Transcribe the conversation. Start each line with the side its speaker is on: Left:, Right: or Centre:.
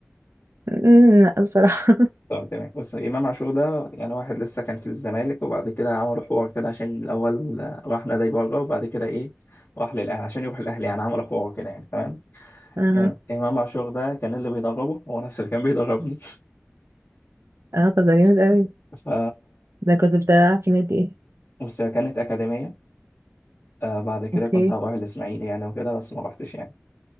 Right: أمم، لا بصراحة
Left: طب تمام بص امام عاشور ده يعني واحد لسه كان في الزمالك وبعد كده عملوا حوار كده عشان الاول آه، راح نادي بره وبعد كده ايه راح للاهلي عشان يروح الاهلي يعني عملوا حوار كده يعني تمام
Right: اه
Left: يعني امام عاشور ده كان اللي بيدربه هو نفس اللي كان بيدربني
Right: اه طب ده جامد اوي
Left: ف
Right: ده كنت بتلعب في نادي ايه
Left: بص هي كانت اكاديميه آه بعد كده
Right: اوكي
Left: كنت هروح الاسماعيلي يعني وكده بس ما رحتش يعني